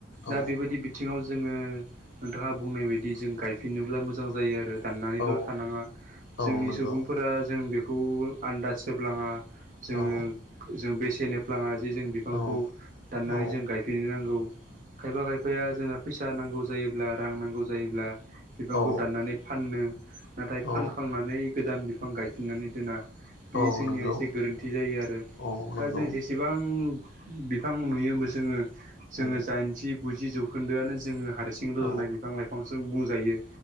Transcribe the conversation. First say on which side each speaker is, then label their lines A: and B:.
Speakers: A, on the left (about 65°); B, on the right (about 40°).
A: औ
B: दा बेबायदि बिथिङाव जोङो नोंथाङा बुंनाय बायदि जों गायफिनोब्ला मोजां जायो आरो। दाननानैल'
A: औ
B: थानाङा
A: औ
B: जोंनि
A: नंगौ
B: सुबुंफोरा जों बेखौ आन्दाज होब्लाङा जोङो
A: औ
B: जों बेसेनहोफ्लाङा जे जों बिफांखौ
A: औ
B: दाननानै
A: औ
B: जों गायफिननो नांगौ खायफा खायफाया जोंना फैसा नांगौ जायोब्ला रां नांगौ जायोब्ला बिफांखौ
A: औ
B: दाननानै फाननो नाथाय
A: औ
B: फानखांनानै गोदान बिफां गायफिननानै दोना बे
A: औ
B: जोंनिया
A: नंगौ
B: एसे गोरोन्थि जायो आरो
A: औ नंगौ
B: दा जों जेसेबां बिफां नुयोबो जोङो जोङो
A: औ
B: दाइनजि गुजि जौखोन्दोआनो जोङो हारसिं रज'नाय
A: औ
B: बिफां लाइफांजों बुंजायो